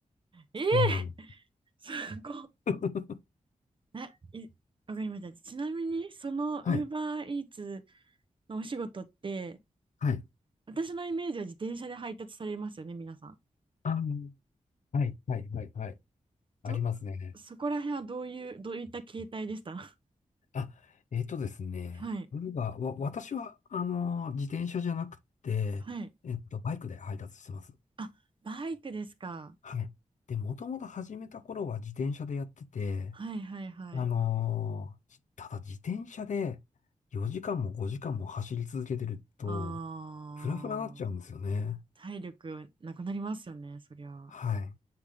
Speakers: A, on the right (about 40°); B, on the left (about 70°).
A: ええ
B: そうなの。
A: すごっ
B: <laughs>
A: ないわかりましたちなみにその
B: はい。
A: Uber Eats のお仕事って
B: はい。
A: 私のイメージは自転車で配達されますよね皆さん
B: あの、はい、はい、はい、はい。ありますね。
A: とそこら辺はどういうどういった形態でした <laughs>
B: あ、えっとですね。
A: はい
B: ウーバーは、私は、あのー、自転車じゃなくて、
A: はい
B: えっと、バイクで配達してます。
A: あバイクですか
B: はい。で、もともと始めた頃は自転車でやってて、
A: はいはいはい
B: あのー、ただ自転車で4時間も5時間も走り続けてると、
A: あー
B: フラフラになっちゃうんですよね。
A: 体力なくなりますよねそりゃは
B: はい。